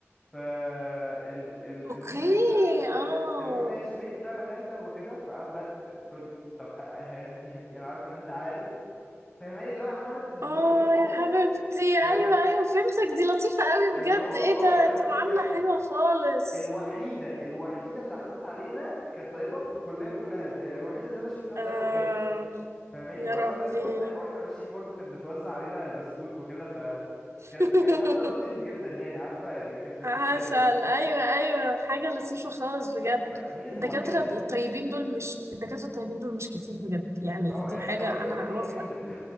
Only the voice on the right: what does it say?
اوكي
اه
اه
يا حبيبتي
ايوه ايوه فهمتك دي لطيفة قوي
بجد
ايه
ده
دي
معاملة حلوة خالص
آه
يا
ربي
<laughs>
عسل
ايوه ايوه حاجه لطيفه خالص بجد
الدكاتره
الطيبين دول مش الدكاتره الطيبين دول مش كتير بجد يعني
دي
حاجه
انا
اوافقك
فيها